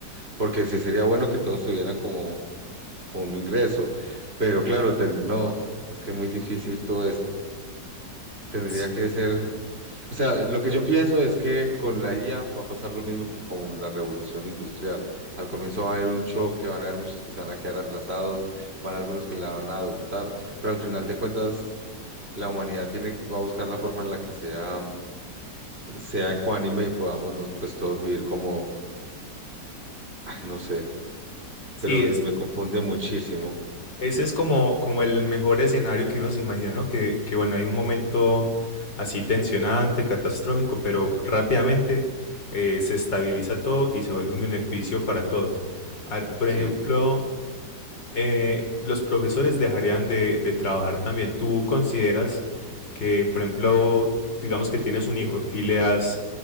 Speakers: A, on the right (about 35°); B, on the left (about 85°).
A: Porque sí sería bueno que todos tuvieran como un ingreso, pero claro, ten- no, es que es muy difícil todo esto. Tendría
B: Sí,
A: que ser... O sea, lo que yo pienso es que con la IA va a pasar lo mismo que con la revolución industrial. Al comienzo va a haber un choque, van a haber muchos que se van a quedar atrasados, van a algunos que la van a adoptar, pero al final de cuentas la humanidad tiene, va a buscar la forma en la que sea, sea ecuánime y podamos nos- pues todos vivir como, ay, no sé,
B: sí,
A: pero me
B: es,
A: confunde muchísimo.
B: Ese es como, como el mejor escenario que uno se imagina, ¿no? Que, que bueno, hay un momento así tensionante, catastrófico, pero rápidamente eh, se estabiliza todo y se vuelve un beneficio para todos. A ver, por
A: Sí.
B: ejemplo, eh, los profesores dejarían de, de trabajar también. ¿Tú consideras que, por ejemplo, digamos que tienes un hijo y le das